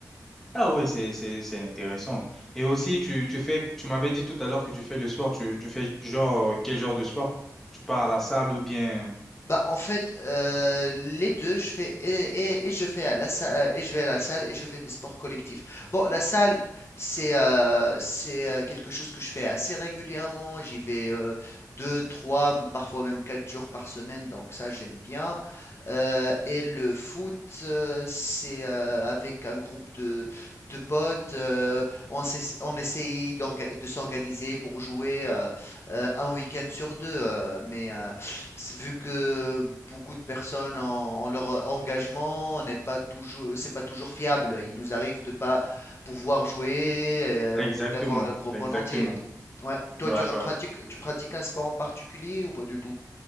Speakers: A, in the centre; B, on the left.
A: Ah ouais, c'est, c'est, c'est intéressant. Et aussi, tu, tu fais, tu m'avais dit tout à l'heure que tu fais le sport, tu, tu fais genre, quel genre de sport? Tu pars à la salle ou bien...
B: Bah, en fait, euh, les deux, je fais et, et- et je fais à la salle et je vais à la salle et je fais des sports collectifs. Bon, la salle, c'est euh, c'est euh, quelque chose que je fais assez régulièrement. J'y vais euh, deux, trois, m- parfois même quatre jours par semaine, donc ça j'aime bien. Euh, et le foot, euh, c'est euh, avec un groupe de de potes. euh, on s'ess- on essaye d'orga- de s'organiser pour jouer euh, euh, un week-end sur deux, euh, mais euh, c'est- Vu que beaucoup de personnes en, en leur euh, engagement n'est pas toujours, c'est pas toujours fiable. Il nous arrive de pas pouvoir jouer euh,
A: Exactement,
B: ou d'avoir le groupe
A: exactement.
B: en entier. Ouais. Toi,
A: Ouais,
B: tu ra-
A: ouais.
B: pratiques, tu pratiques un sport en particulier ou pas du tout?